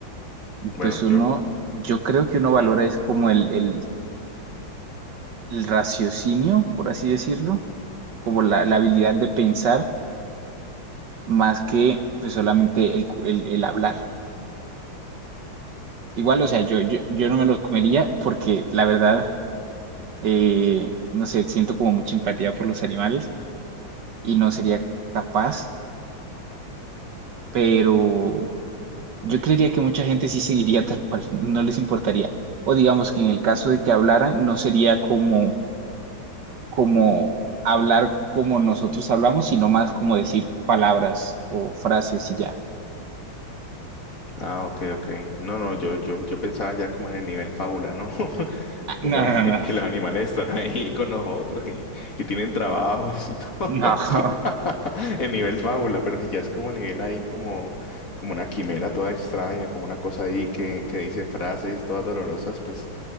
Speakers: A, on the left; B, on the right.
A: Bueno,
B: Pues uno,
A: yo...
B: yo creo que uno valora
A: Ujú,
B: es como el, el, el raciocinio, por así decirlo, como
A: ujú.
B: la, la habilidad de pensar más que pues solamente el, cu- el- el hablar. Igual, o sea, yo, yo, yo no me los comería porque la verdad, eh, no sé, siento como mucha empatía por los animales y no sería capaz, pero... Yo creería que mucha gente sí seguiría tal cual, <laughs> no les importaría. O digamos que en el caso de que hablaran, no sería como, como hablar como nosotros hablamos, sino más como decir palabras o frases y ya.
A: Ah, ok, ok. No, no, yo, yo, yo pensaba ya como en el nivel fábula, ¿no? <laughs>
B: Ah,
A: Como
B: No, no,
A: en que los animales están ahí con nosotros y, y tienen trabajos y todo.
B: no, no,
A: <laughs>
B: <laughs>
A: En nivel fábula, pero si ya es como nivel ahí como, como una quimera toda extraña, como una cosa ahí que, que dice frases todas dolorosas, pues